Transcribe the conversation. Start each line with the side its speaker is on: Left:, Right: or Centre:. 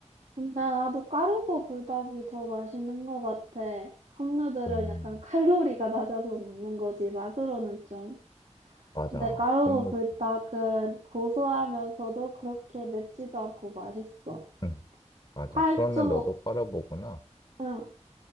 Right: 근데 나도 까르보 불닭이 더 맛있는 것 같아. 컵누들은
Left: 음,
Right: 약간 칼로리가 낮아서 먹는 거지, 맛으로는 좀.
Left: 맞아.
Right: 근데 까르보
Left: 컵누.
Right: 불닭은 고소하면서도 그렇게 맵지도 않고 맛있어.
Left: 응, 맞아.
Right: 8조,
Left: 그러면 너도 까르보구나.
Right: 응,